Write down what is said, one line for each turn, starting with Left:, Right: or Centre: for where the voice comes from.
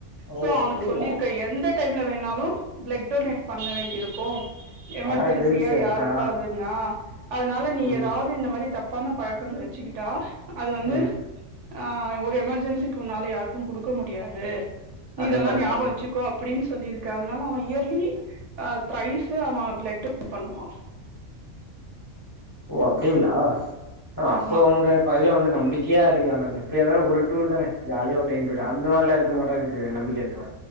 Left: ஓ
Right: சோ அவனுக்கு
Left: அப்டிங்களா
Right: சொல்லிருக்க எந்த டைம்ல வேணாலு பிளட் டொனேட் பண்ண வேண்டிய இருக்கு எமர்ஜென்சியா
Left: ஆனா ட்ரிங்க்ஸு
Right: யாருக்காவுதுன்னா
Left: ஆ
Right: அதனால நீ
Left: ம்
Right: ஏதாவது இந்த மாரி தப்பான பழக்கங்கள் வ வச்சக்கிட்டா அது வந்து
Left: ம்
Right: அ ஒரு எமர்ஜென்சிக்கு உன்னால யாருக்கு குடு க்க முடியாது நீ
Left: அதுவு
Right: இதெல்லா
Left: கரெக்ட்
Right: ஞாபோ
Left: தா மேம்
Right: வச்சு க்கோஅப்டின்னு சொல்லிருக்க அதனால அவ இயர்லி அ த்ரைஸ்ஸு அவ பிளட் டொனேட் பண்ணுவா
Left: ஓ அப்டிங்களா அ அப்ப
Right: ஆமா
Left: உங்க பைய்ய வந்து நம்பிக்கையா இருக்கலாமேங்க எப்படியா இருந்தாலு ஒரு டூர் தான ஜாலிய ஒரு டைம் போயிட்டு அந்த மாரில்லா இருக்க மாட்டா எனக்கு நம்பிக்கை இருக்குமா